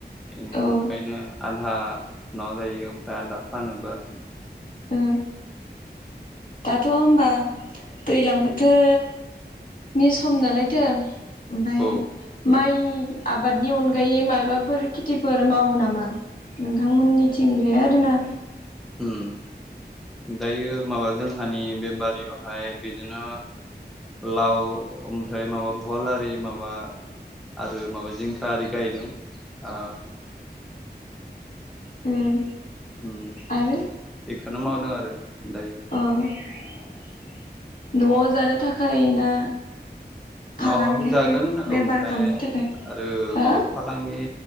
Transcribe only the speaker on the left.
औ ओ
ओ दाथ' होमबा दैज्लां बोथोर नि सम नालायथो ओमफ्राय
माइ आबादनि अनगायै माबाफोर खेथिफोर मावो नामा? नोंथांमोननिथिं बे आरोना।
उम
आरो
अ -! न'आव जानो थाखाय ना? फालांगि
बेफार
खालामनो थाखाय
हा